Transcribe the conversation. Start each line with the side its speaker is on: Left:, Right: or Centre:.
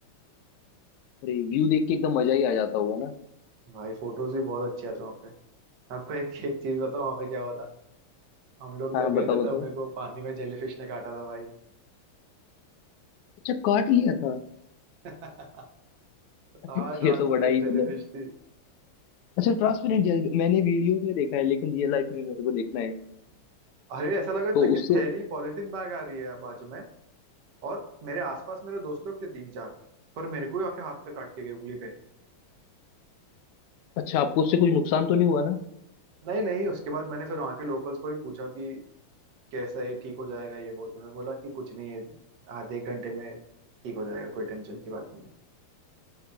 Left: अरे व्यू देख के एकदम मजा ही आ जाता होगा ना
Right: भाई फोटोज भी बहुत अच्छे आते हैं वहाँ पे मैं आपको एक एक चीज बताऊँ वहाँ पे क्या हुआ था। हम लोग
Left: हाँ
Right: जब
Left: हाँ,
Right: गए
Left: बताओ
Right: थे
Left: बताओ
Right: तब मेरे को पानी में जेलीफिश ने काटा था भाई
Left: अच्छा काट लिया था
Right: <laughs>
Left: <laughs>
Right: हाँ ट्रांसपेरेंट
Left: ये तो बड़ा ही
Right: जेलीफिश
Left: मतलब
Right: थी
Left: अच्छा ट्रांसपेरेंट जेल मैंने वीडियोस में देखा है लेकिन रियल लाइफ में मेरे को देखना है
Right: अरे ऐसा लगा
Left: तो
Right: था कि
Left: उससे
Right: थैली पॉलिथीन बैग आ रही है बाजू में और मेरे आसपास मेरे दोस्त लोग थे तीन चार पर मेरे को ही आके हाथ पे काट के गए उंगली पे
Left: अच्छा आपको उससे कुछ नुकसान तो नहीं हुआ ना?
Right: नहीं नहीं उसके बाद मैंने फिर वहां के लोकल्स को भी पूछा कि कैसा है ठीक हो जाएगा ये वो तो उन्होंने बोला कि कुछ नहीं है आधे एक घंटे में ठीक हो जाएगा कोई टेंशन की बात नहीं